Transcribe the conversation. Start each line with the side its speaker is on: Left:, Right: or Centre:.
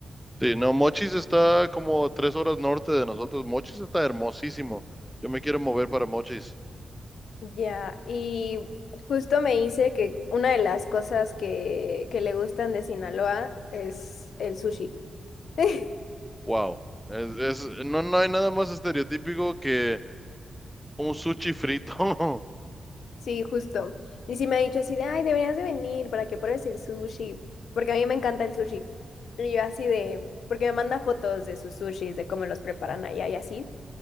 Centre: Sí, no, Mochis está como tres horas norte de nosotros. Mochis está hermosísimo. Yo me quiero mover para Mochis.
Left: Ya, y justo me dice que una de las cosas que, que le gustan de Sinaloa es el sushi. <laughs>
Centre: Wow. Es, es- no, no hay nada más estereotípico que Un sushi frito. <laughs>
Left: Sí, justo. Y sí me ha dicho así de, ay, deberías de venir para que pruebes el sushi, porque a mí me encanta el sushi. Y yo así de, porque me manda fotos de sus sushis, de cómo los preparan allá y así.